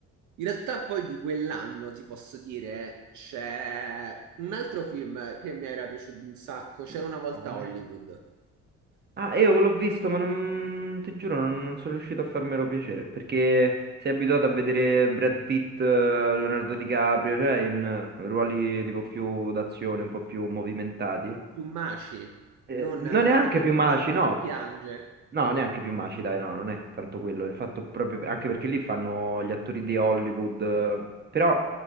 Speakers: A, on the right; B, on the right.
A: In realtà poi di quell'anno ti posso dire c'è un altro film che mi era piaciuto un sacco. C'era
B: Mm,
A: una volta
B: quale?
A: a Hollywood,
B: Ah, io l'ho visto, ma non... ti giuro, non, non sono riuscito a farmelo piacere, perché sei abituato a vedere Brad Pitt, eh, Leonardo DiCaprio, cioè in eh, ruoli tipo più d'azione, un po' più movimentati.
A: Maci,
B: Eh,
A: non
B: non
A: Leonardo
B: neanche più
A: DiCaprio
B: maci, no,
A: che piange.
B: No, neanche più maci, dai, no, non è tanto quello, è il fatto proprio, anche perché lì fanno gli attori di Hollywood, eh, però